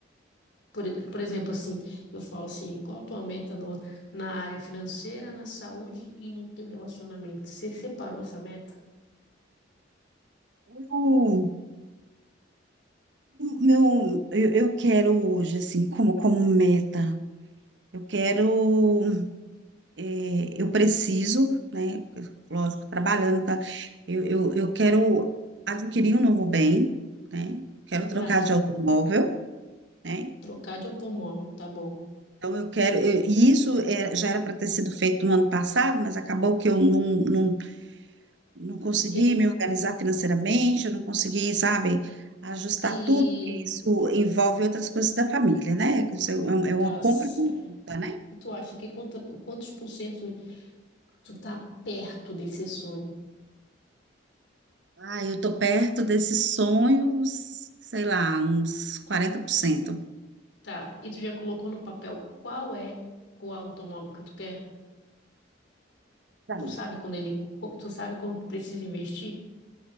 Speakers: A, on the left (about 65°); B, on the right (about 65°).
A: Por, e- por exemplo, assim, eu falo assim, qual a tua meta no- na área financeira, na saúde e no teu relacionamento? Você separou essa meta?
B: Eu, meu, eu, eu quero hoje, assim, como, como meta, eu quero. é, eu preciso, né? Lógico, trabalhando, tá? Eu, eu, eu quero adquirir um novo bem, né? Quero trocar
A: Tá, que
B: de automóvel, né?
A: trocar de automóvel, tá bom.
B: Então, eu quero. eu- e isso é, já era para ter sido feito no ano passado, mas acabou que eu não, não, não consegui
A: E,
B: me organizar financeiramente, eu não consegui, sabe, ajustar
A: e
B: tudo. porque Isso envolve outras coisas da família, né? Que isso É um- é uma
A: tá
B: compra
A: certo.
B: conjunta, né?
A: E tu acha que quanta- quantos por cento tu tá perto desse sonho?
B: Ah, eu tô perto desses sonhos, sei lá, uns 40%.
A: Tá, e tu já colocou no papel qual é o automóvel que tu quer?
B: Tá,
A: Tu sabe quando ele, co- tu sabe quando tu precisa investir?